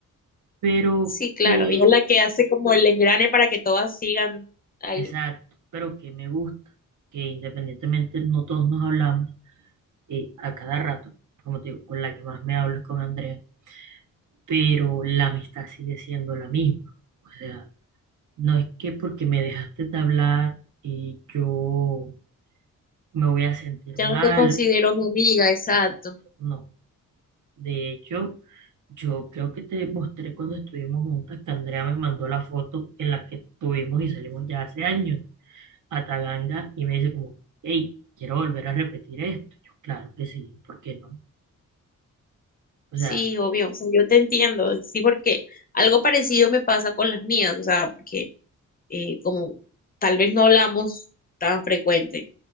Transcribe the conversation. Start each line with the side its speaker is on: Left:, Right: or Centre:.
Right: Pero,
Left: sí, claro.
Right: que
Left: Y es la que hace como el engrane para que todas sigan ahí.
Right: Exacto, pero que me gusta que independientemente no todos nos hablamos eh, a cada rato, como te digo, con la que más me hablo es con Andrea, pero la amistad sigue siendo la misma. O sea, no es que porque me dejaste de hablar eh, yo me voy a sentir
Left: Ya
Right: mal,
Left: no te considero mi amiga, exacto.
Right: exacto, no. De hecho, yo creo que te mostré cuando estuvimos juntas que Andrea me mandó la foto en la que estuvimos y salimos ya hace años. a Taganda y me dice como, hey, quiero volver a repetir esto. Yo, claro que sí, ¿por qué no? O
Left: Sí,
Right: sea,
Left: obvio, o sea, yo te entiendo, sí, porque algo parecido me pasa con las mías, o sea, porque eh, como tal vez no hablamos tan frecuente